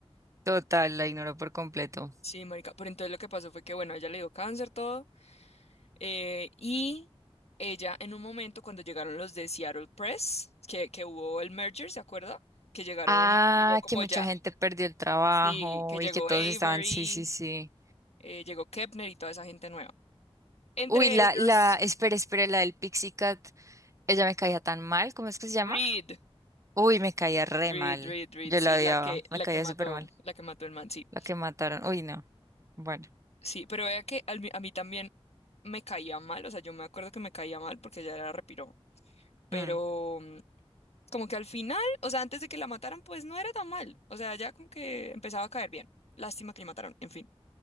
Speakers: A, on the right (about 30°); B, on the left (about 85°).
A: Total, la ignoró por completo.
B: Sí, marica, pero entonces lo que pasó fue que, bueno, a ella le dio cáncer, todo. Eh, y ella en un momento cuando llegaron los de Seattle Press, que, que hubo el merger, ¿se acuerda? Que llegaron,
A: Ah,
B: llegó como
A: que mucha
B: ya,
A: gente perdió el trabajo
B: sí, que llegó
A: y que todos
B: Avery,
A: estaban, sí, sí, sí.
B: eh, llegó Kepner y toda esa gente nueva. Entre
A: Uy, la,
B: ellos,
A: la, espera, espera, la del Pixie Cat, ella me caía tan mal, ¿cómo es que se llama?
B: Reed,
A: Uy, me caía re
B: Reed,
A: mal.
B: Reed, Reed,
A: Yo
B: sí,
A: la odiaba,
B: la que, la
A: me caía
B: que mató,
A: súper mal.
B: la que mató el man, sí.
A: La que mataron, uy, no. Bueno.
B: Sí, pero vea que al mi- a mí también me caía mal, o sea, yo me acuerdo que me caía mal porque ella era repiro, pero
A: mm.
B: Como que al final, o sea, antes de que la mataran, pues no era tan mal. O sea, ya como que empezaba a caer bien. Lástima que la mataron, en fin.